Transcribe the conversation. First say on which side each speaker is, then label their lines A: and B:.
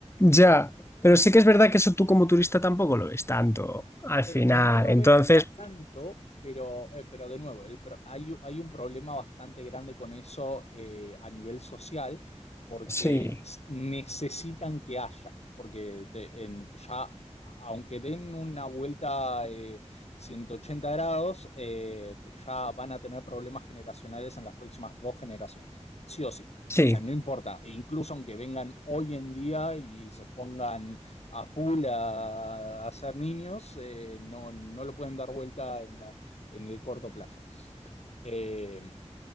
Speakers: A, on the left; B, on the left.
A: Ya, pero sí que es verdad que eso tú como turista tampoco lo ves tanto al
B: Eh,
A: final.
B: no lo
A: Entonces,
B: ves tanto, pero, eh, pero de nuevo, el pro- hay, u- hay un problema bastante grande con eso eh, a nivel social, porque
A: sí,
B: s- necesitan que haya, porque te- en- ya, aunque den una vuelta eh, 180 grados, eh, ya van a tener problemas generacionales en las próximas dos generaciones, sí o sí.
A: sí,
B: O sea, no importa, e incluso aunque vengan hoy en día y se pongan a full a, a ser niños, eh, no, no lo pueden dar vuelta en la, en el corto plazo. Eh,